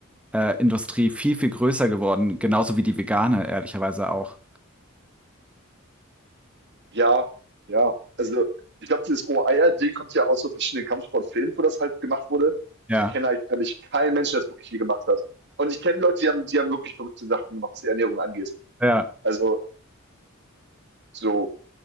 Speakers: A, in the centre; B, on the right (about 55°).
A: äh, Industrie viel, viel größer geworden, genauso wie die vegane, ehrlicherweise auch.
B: Ja, ja. Also, ich glaube, dieses Rohe-Eier-Ding kommt ja aus so verschiedenen Kampfsportfilmen, wo das halt gemacht wurde.
A: Ja,
B: Ich kenne halt, glaube ich, keinen Menschen, der das wirklich je gemacht hat. Und ich kenne Leute, die haben, die haben wirklich verrückte Sachen gemacht, was die Ernährung angeht.
A: ja,
B: Also, so,